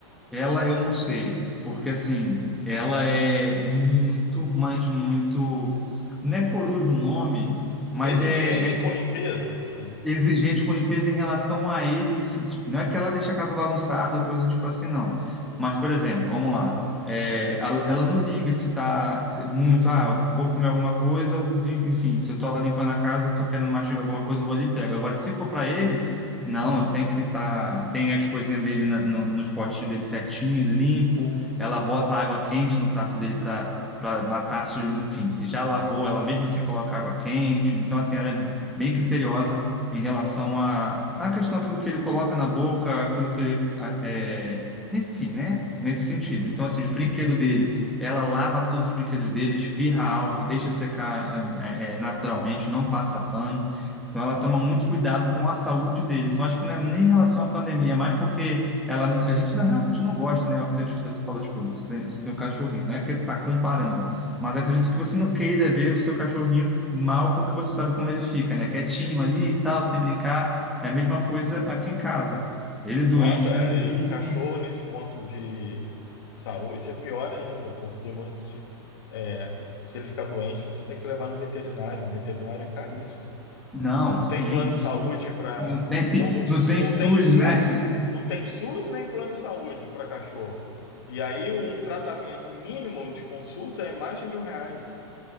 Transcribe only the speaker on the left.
Exigente
com limpeza, assim?
Nossa,
e
cachorro nesse ponto de saúde é pior ainda, porque você, é, se ele ficar doente, você tem que levar no veterinário. Um veterinário é caríssimo.
Não
tem plano de
saúde para.
Não, o Su-
não
tem SUS,
não tem SUS nem plano de saúde para cachorro. E aí um tratamento mínimo de consulta é mais de mil reais.